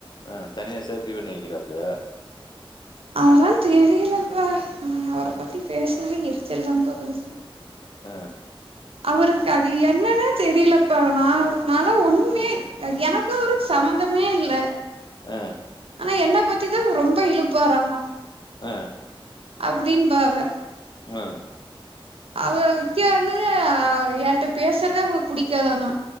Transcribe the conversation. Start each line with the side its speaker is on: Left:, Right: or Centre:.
Left: ஆ தனியா சேஃப்டி பண்ணி வைக்கிறாப்லயா
Right: அதுலா தெரியலப்பா அவர
Left: ஆ
Right: பத்தி பேசுனாலே எரிச்சல் தா பா வருது
Left: அ
Right: அவருக்கு அது என்னன்னே தெரியலப்பா நா நாலா ஒன்னுமே அ எனக்கு அவருக்கு சம்மந்தமே இல்ல
Left: அ
Right: ஆனா என்ன பத்திதா ரொம்ப இழுப்பாராமா
Left: அ
Right: அப்டின்பா அவ
Left: ம்
Right: அவ வித்தியா வந்துனு ஆ என்ட்ட பேசுறதே அவ்ங்களுக்கு புடிக்காதாமா